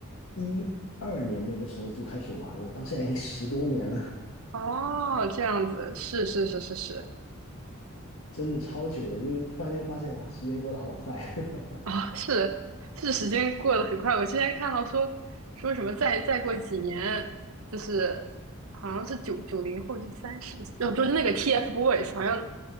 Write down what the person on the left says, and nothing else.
一二年那个时候就开始玩了，到现在已经十多年了。
真的超久的，就是突然间发现哇，时间过得好快，<laughs>